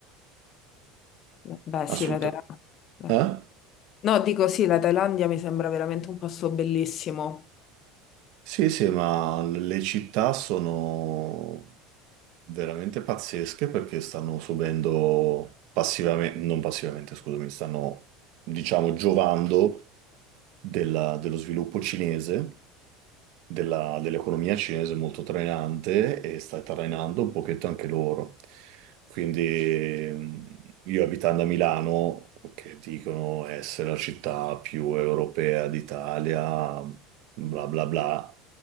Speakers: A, on the left; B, on the right.
A: Beh,
B: Assolutamente.
A: sì, la Thailandia.
B: Eh?
A: No, dico sì, la Thailandia mi sembra veramente un posto bellissimo.
B: Sì, sì, ma le città sono veramente pazzesche perché stanno subendo passivamente, non passivamente, scusami, stanno, diciamo, giovando della- dello sviluppo cinese della- dell'economia cinese molto trainante e sta trainando un pochetto anche loro. Quindi ehm, io abitando a Milano, che dicono essere la città più europea d'Italia, bla bla bla.